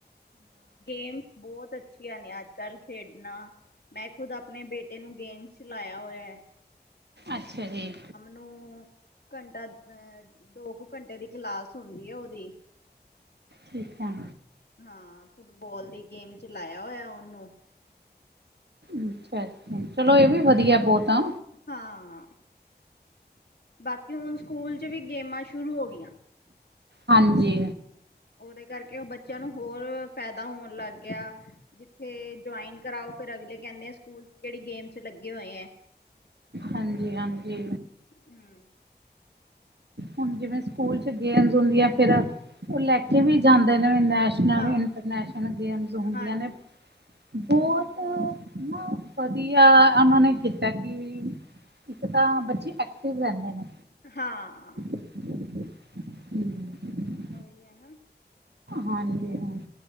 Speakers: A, on the left; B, on the right.
A: ਗੇਮਸ ਬੋਤ ਅੱਛੀਆਂ ਨੇ ਅੱਜ -ਕੱਲ ਖੇਡਣਾ, ਮੈਂ ਖੁਦ ਆਪਣੇ ਬੇਟੇ ਨੂੰ ਗੇਮਸ ਚਲਾਏਆ ਹੋਏਆ।
B: ਅੱਛਾ ਜੀ।
A: ਹ ਘੰਟਾ ਅਹ ਦੋ ਕੁ ਘੰਟੇ ਦੀ ਕਲਾਸ ਹੁੰਦੀ ਐ ਓਦੀ।
B: ਠੀਕ ਆ।
A: ਹਾਂ ਫੁੱਟਬਾਲ ਦੀ ਗੇਮ ਚ ਲਾਏਆ ਹੋਏਆ ਓਨੂੰ।
B: ਅੱਛਾ -ਅੱਛਾ ਚਲੋ, ਏ ਵੀ
A: ਹਮ
B: ਵੱਧੀਆ ਬੋਤ ਆ।
A: ਹਾਂ, ਬਾਕੀ ਹੁਣ ਸਕੂਲ ਚ ਵੀ ਗੇਮਾਂ ਸ਼ੁਰੂ ਹੋ ਗਈਆਂ।
B: ਹਾਂਜੀ।
A: ਓਦੇ ਕਰਕੇ ਓ ਬੱਚੇਆਂ ਨੂੰ ਹੋਰ ਫੈਦਾ ਹੋਣ ਲੱਗ ਗੇਆ। ਜਿੱਥੇ ਜੁਆਇਨ ਕਰਾਓ ਫਿਰ ਅਗਲੇ ਕੇਂਦੇ ਆ ਸਕੂਲ ਕੇੜੀ ਗੇਮ ਚ ਲੱਗੇ ਹੋਏ ਐ?
B: ਹਾਂਜੀ -ਹਾਂਜੀ।
A: ਹੂੰ
B: ਹੁਣ ਜਿਵੇਂ ਸਕੂਲ ਚ ਗੇਮਸ ਹੁੰਦੀਆਂ, ਫਿਰ ਓ ਲੈਕੇ ਵੀ ਜਾਂਦੇ ਨੇ ਨਾਲ ਨਾਲੇ
A: ਹਾਂ
B: ਹੁਣ ਇੰਟਰਨੈਸ਼ਨਲ ਗੇਮਸ ਹੁੰਦੀਆਂ
A: ਹਾਂਜੀ
B: ਨੇ, ਬੋਤ
A: ਹਮ ਹਮ
B: ਨਾ, ਵੱਧੀਆ ਓਹਨਾਂ ਨੇ ਕੀਤਾ ਕੀ ਇੱਕ ਤਾਂ ਬੱਚੇ ਐਕਟਿਵ ਰੇਂਦੇ ਨੇ
A: ਹਾਂ।
B: ਹੂੰ
A: ਓਈ ਆ ਨਾ।
B: ਹਾਂਜੀ- ਹਾਂਜੀ।